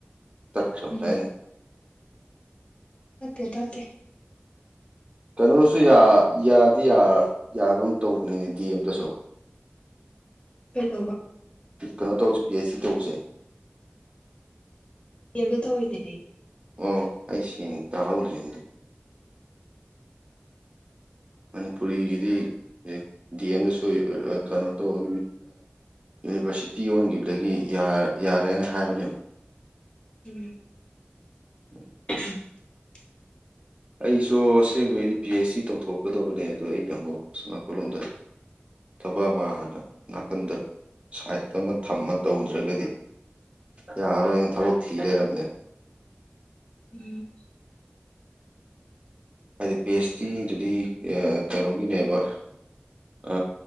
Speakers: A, on the right; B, on the left.
A: ꯇꯠ ꯁꯕꯗꯥꯏꯅ
B: ꯎꯝ ꯇꯦ ꯇꯣ ꯇꯦ
A: ꯀꯩꯅꯣꯁꯨ ꯌꯥꯗꯤ ꯌꯥꯕ ꯇꯧꯕꯅꯤꯅꯦ ꯗꯤ ꯑꯦꯝꯗꯁꯨ
B: ꯀꯩꯗꯧꯕ
A: ꯀꯩꯅꯣ ꯇꯧꯁꯦ ꯄꯤ ꯑꯩꯆ ꯗꯤ ꯇꯧꯁꯦ ꯁꯤ
B: ꯀꯦꯝꯇ ꯊꯧꯑꯣꯏꯗꯕꯤ
A: ꯑꯣ ꯑꯩꯩꯁꯦꯡ ꯇꯍꯧꯗ꯭ꯔꯍꯦ ꯃꯅꯤꯄꯨꯔꯤꯒꯤꯗꯤ ꯗꯤꯑꯦꯝꯗꯁꯨ ꯀꯩꯅꯣ ꯇꯧꯕ ꯌꯨꯅꯤꯚꯔꯁꯤꯇꯤ ꯑꯣꯟꯒꯤꯕꯗꯒꯤ ꯌꯥ ꯌꯥꯔꯦꯅ ꯍꯥꯏꯕꯅꯦꯕꯛ
B: ꯎꯝ
A: ꯎꯝ
B: <inaudible>
A: ꯑꯩꯁꯨ ꯑꯁꯦꯡꯕꯩꯗꯤ ꯄꯤ ꯑꯩꯩꯆ ꯗꯤ ꯇꯧꯊꯣꯛꯀꯗꯕꯅꯦ ꯑꯗꯨꯗ ꯑꯩꯅ ꯑꯃꯨꯛ ꯁꯣꯟ ꯅꯀꯟ ꯂꯣꯝꯗ ꯊꯕꯛ ꯑꯃ ꯍꯥꯟꯅ ꯅꯥꯀꯟꯗ ꯁꯥꯏꯠꯇ ꯑꯃ ꯊꯝꯃ ꯇꯧꯗ꯭ꯔꯒꯗꯤ ꯌꯥꯔꯔꯣꯏꯅꯦ ꯊꯕꯛ ꯊꯤ ꯂꯩꯔꯝꯃꯦ
B: ꯎꯝ
A: ꯍꯥꯏꯗꯤ ꯄꯦꯁꯇ꯭ꯔꯤꯗꯨꯗꯤ ꯀꯩꯅꯣꯒꯤꯅꯦꯕ ꯑ